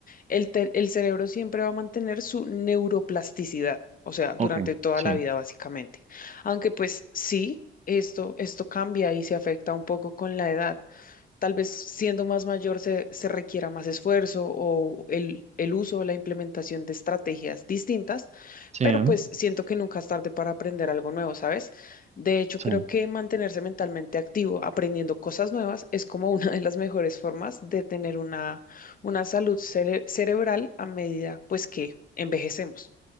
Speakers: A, on the left; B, on the right.
A: el, te- el cerebro siempre va a mantener su neuroplasticidad, o sea, durante
B: ok,
A: toda
B: sí,
A: la vida básicamente. Aunque pues sí, esto, esto cambia y se afecta un poco con la edad. Tal vez siendo más mayor se, se requiera más esfuerzo o el, el uso o la implementación de estrategias distintas
B: sí,
A: pero
B: ¿eh?
A: pues siento que nunca es tarde para aprender algo nuevo, ¿sabes? De hecho,
B: sí.
A: creo que mantenerse mentalmente activo, aprendiendo cosas nuevas, es como <laughs> una de las mejores formas de tener una, una salud cere- cerebral a medida, pues, que envejecemos.